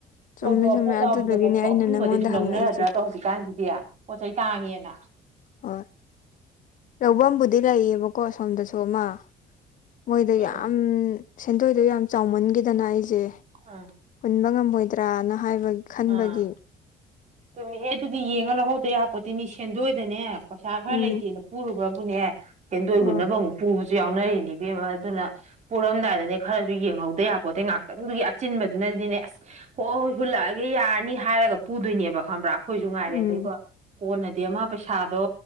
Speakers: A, on the left; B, on the right.
A: ꯆꯨꯝꯃꯦ
B: ꯄꯣꯠ ꯐꯥꯎ
A: ꯆꯨꯝꯃꯦ
B: ꯄꯣꯠ ꯌꯥꯎꯕꯗꯐꯥꯎꯕ
A: ꯑꯗꯨꯗꯨꯒꯤꯅꯦ ꯑꯩꯅ
B: ꯑꯄꯨꯕꯗꯤ
A: ꯅꯪꯉꯣꯟꯗ
B: ꯑꯗꯨꯝ
A: ꯍꯪꯉꯛꯏꯁꯦ
B: ꯂꯧꯅꯔꯗ꯭ꯔꯥ ꯗꯣ ꯍꯧꯖꯤꯛꯀꯥꯟꯖꯤꯗꯤ ꯄꯣꯠ ꯆꯩ ꯇꯥꯡꯉꯦꯅ
A: ꯑꯣꯏ ꯂꯧꯕꯝꯕꯨꯗꯤ ꯂꯩꯌꯦꯕꯀꯣ ꯑꯁꯣꯝꯗꯁꯨ ꯑꯃ ꯃꯣꯏꯗ
B: ꯎꯝ
A: ꯌꯥꯝ ꯁꯦꯟꯗꯣꯏꯗꯣ ꯌꯥꯝ ꯆꯥꯎꯃꯟꯒꯤꯗꯅ ꯑꯩꯖꯦ
B: ꯑꯥ
A: ꯍꯨꯟꯕ ꯉꯝꯃꯣꯏꯗ꯭ꯔꯅ ꯍꯥꯏꯕ ꯈꯟꯕꯒꯤ
B: ꯑꯥ ꯆꯨꯝꯃꯤꯍꯦ ꯑꯗꯨꯗꯤ ꯌꯦꯡꯉ ꯂꯧꯍꯧꯗ ꯌꯥꯄꯣꯠꯇꯦꯁꯦꯟꯗꯣꯏꯗꯅꯦ ꯄꯩꯁꯥ ꯈꯔ
A: ꯎꯝ
B: ꯂꯩꯇꯦꯅ ꯄꯨꯔꯨꯕ꯭ꯔꯕꯨꯅꯦ ꯁꯦꯟꯗꯣꯏ
A: ꯍꯣꯏ
B: ꯍꯨꯟꯅꯕ ꯑꯃꯨꯛ ꯄꯨꯕ ꯖꯨ ꯌꯥꯎꯅꯔꯤꯅꯤ ꯏꯕꯦꯝꯃ ꯑꯗꯨꯅ ꯄꯨꯔꯝꯗꯥꯏꯗꯅꯦ ꯈꯔꯖꯨ ꯌꯦꯡꯍꯧꯗ ꯌꯥꯄꯣꯇꯦ ꯉꯥꯛꯇꯪꯗꯨꯒꯤ ꯑꯆꯤꯟꯕꯗꯨꯅꯗꯤꯅꯦ ꯑꯁ ꯍꯣꯏ ꯍꯣꯏ ꯍꯨꯜꯂꯛꯑꯒꯦ ꯌꯥꯔꯅꯤ ꯍꯥꯏꯔꯒ ꯄꯨꯗꯣꯏꯅꯦꯕ ꯈꯪꯕ꯭ꯔꯥ ꯑꯈꯣꯏꯖꯨ ꯉꯥꯏꯔꯦ
A: ꯎꯝ
B: ꯑꯗꯩꯒ ꯀꯣꯟꯅꯗꯤ ꯑꯃ ꯄꯩꯁꯥꯗꯣ